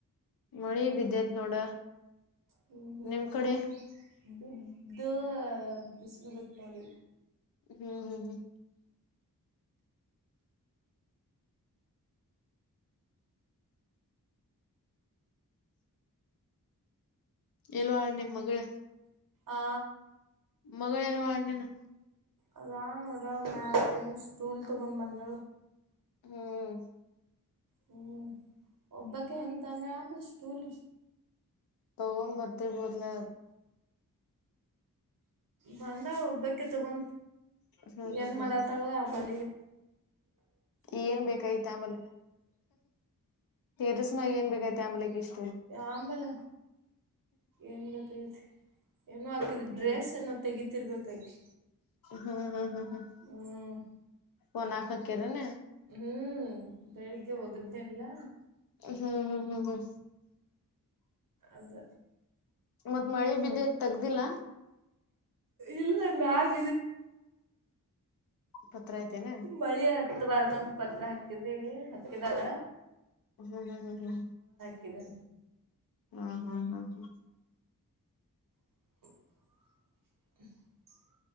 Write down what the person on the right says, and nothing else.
ಹ್ಮ್ ಹ್ಮ್
ನಮ್ಮಲ್ಲಿ
ಬಿದ್ದ ಬಿಸಿಲು ಬಿಟ್ಟ ನೋಡಿ
ಆ
ಅಾೋಡ ಮಾಲನ್ ಸಟೂಲ್ ತಗೊಂಡ ಬಂದ
ಹ್ಮ್ ಒಬ್ಬಕ ಹೆಂಗಂತ ಅಂದ್ರ ಆಮ ಸ್ಕೂಲ್
ಬಂದ ಒಬ್ಬಕಿ ತಗೊ
ಏನ್
ಮಾಡತಳು
ಆಮಲ
ಆಂಬಲ ಏನ್ ಬೈತಿ ಏನೋ ಆಾಕಿದ್
ಡ್ರೆಸ್ ಏನೋ ತೆಗೀತಿರ್ಬೇಕಾಕಿ
ಹ್ಮ್
ಹ್ಮ್ ಬೆಳಿಗ್ಗೆ ಹೋಗುದ್ದೇನ್ಲ್ಲ
ಅದು
ಇಲ್ಲ ಮಾಗ
ಮಳಿ ಹತ್ತ ಬಾರದಂತ ಪತ್ರ ಹಾಕಿದೀವಿ ಹಕ್ಕಿದಾರ
ಕನೆ
<inaudible>